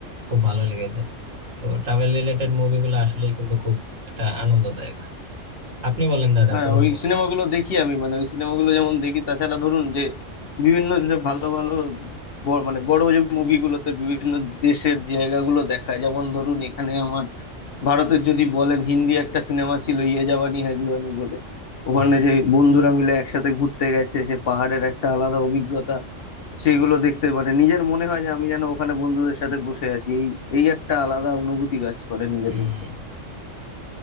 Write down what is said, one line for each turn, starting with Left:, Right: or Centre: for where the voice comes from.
Right: খুব ভালো লেগেছে তো ট্রাভেল রিলেটেড মুভিগুলো আসলেই কিন্তু খুব একটা আনন্দদায়ক আপনি বলেন দাদা
Left: হ্যাঁ
Right: কোনো
Left: ওই সিনেমাগুলো দেখি আমি মানে ওই সিনেমাগুলো যেমন দেখি তাছাড়া ধরুন যে বিভিন্ন যে ভালো ভালো ব- মানে বড় যে মুভিগুলোতে বিভিন্ন দেশের জায়গাগুলো দেখায় যেমন ধরুন এখানে আমার ভারতের যদি বলেন হিন্দি একটা সিনেমা ছিল ইয়ে জাবানি হ্যায় দিওয়ানি বলে ওখানে
Right: উম
Left: যে বন্ধুরা মিলে একসাথে ঘুরতে গেছে সে পাহাড়ের একটা আলাদা অভিজ্ঞতা সেগুলো দেখতে মানে নিজের মনে হয় যে আমি যেন ওখানে বন্ধুদের সাথে বসে আছি এই এই একটা আলাদা অনুভূতি কাজ করে নিজের
Right: উম
Left: মধ্যে